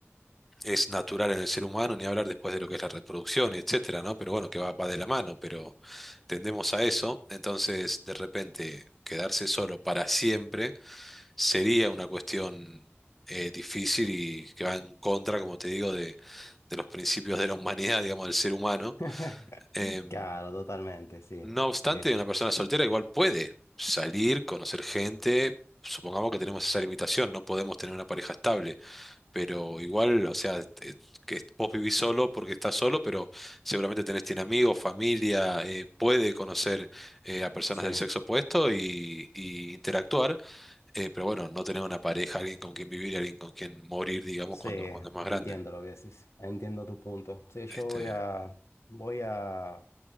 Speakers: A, in the centre; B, on the left.
A: es natural en el ser humano, ni hablar después de lo que es la reproducción, etcétera, ¿no? Pero bueno, que va, va de la mano, pero tendemos a eso. Entonces, de repente, quedarse solo para siempre sería una cuestión eh, difícil y que va en contra, como te digo, de, de los principios de la humanidad, digamos, del ser humano.
B: <laughs>
A: Em,
B: Claro, totalmente, sí.
A: no obstante,
B: Es-
A: una persona soltera igual puede salir, conocer gente. Supongamos que tenemos esa limitación, no podemos tener una pareja estable, pero igual, o sea, te- que vos vivís solo porque estás solo, pero seguramente tenés, tiene amigos, familia, eh, puede conocer eh, a personas
B: sí,
A: del sexo opuesto y, y interactuar, eh, pero bueno, no tener una pareja, alguien con quien vivir, alguien con quien morir, digamos,
B: Sí,
A: cuando, cuando es más
B: entiendo
A: grande.
B: lo que decís, entiendo tu punto. Sí, yo
A: Este,
B: voy a, voy a